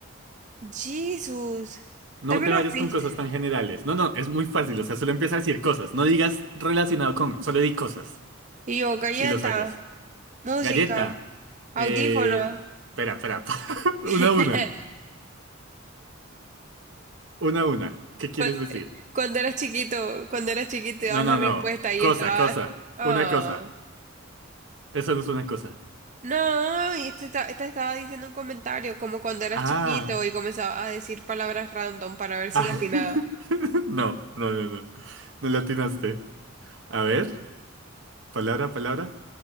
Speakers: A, on the right; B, on the right.
A: Jesús.
B: No
A: También
B: te vayas
A: una pista.
B: con cosas tan generales. No, no, es muy fácil, o sea, solo empieza a decir cosas. No digas relacionado con, solo di cosas
A: Y yo, galleta,
B: y lo sacas.
A: música,
B: Galleta.
A: audífono.
B: Eh, espera, espera. <laughs> Una
A: <laughs>
B: a una. Una, una. ¿Qué quieres
A: Cu-
B: decir?
A: Cuando eras chiquito, cuando eras chiquito, dabas
B: No, no,
A: la respuesta
B: no.
A: y
B: Cosa,
A: estaba.
B: cosa.
A: Ah.
B: Una cosa. Eso no es una cosa.
A: No, y este esta, esta estaba diciendo un comentario, como cuando eras
B: Ah.
A: chiquito y comenzaba a decir palabras random para ver
B: Ah.
A: si le atinaba.
B: <laughs> No, no, no, no. No le atinaste. A ver, palabra, palabra.